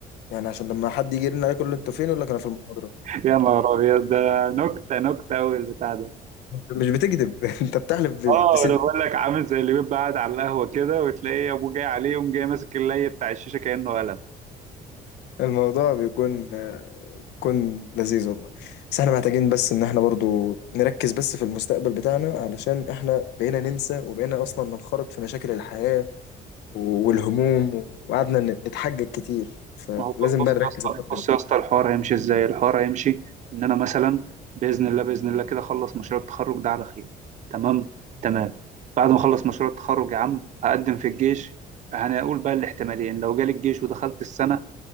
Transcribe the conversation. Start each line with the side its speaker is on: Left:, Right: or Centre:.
Left: يعني عشان لما حد يجي يرن عليه يقول له انتوا فين يقول لك انا في المحاضرة
Right: يا نهار ابيض ده نكته نكته قوي البتاع ده
Left: مش بتكذب <laughs> انت بتحلف ب-
Right: اه
Left: بصدق
Right: انا بقول لك عامل زي اللي بيبقى قاعد على القهوه كده وتلاقي ابوه جاي عليه يقوم جاي ماسك اللي بتاع الشيشه كانه قلم
Left: الموضوع بيكون آه، بيكون لذيذ والله بس احنا محتاجين بس ان احنا برضو نركز بس في المستقبل بتاعنا علشان احنا بقينا ننسى وبقينا اصلا ننخرط في مشاكل الحياة والهموم و- وقعدنا ن- نتحجج كتير فلازم
Right: ما هو بص
Left: بقى نركز
Right: يا اسطى
Left: الفترة
Right: بص
Left: دي
Right: يا اسطى الحوار هيمشي ازاي الحوار هيمشي ان انا مثلا باذن الله باذن الله كده اخلص مشروع التخرج ده على خير تمام تمام بعد ما اخلص مشروع التخرج يا عم هقدم في الجيش هنقول بقى الاحتمالين لو جالي الجيش ودخلت السنه